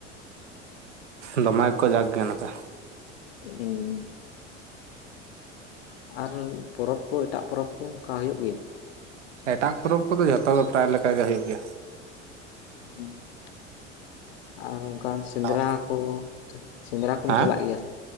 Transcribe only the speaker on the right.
ᱫᱚᱢᱮ ᱜᱮ ᱠᱚ ᱡᱟᱠ ᱜᱮᱭᱟ ᱱᱚᱛᱮ
ᱮᱴᱟᱜ ᱯᱚᱨᱚᱵᱽ ᱠᱚᱫᱚ ᱡᱷᱚᱛᱚ ᱜᱮ ᱯᱨᱟᱭ ᱞᱮᱠᱟ ᱜᱮ ᱦᱩᱭᱩᱜ ᱜᱮᱭᱟ
ᱟᱨ
ᱦᱮᱸ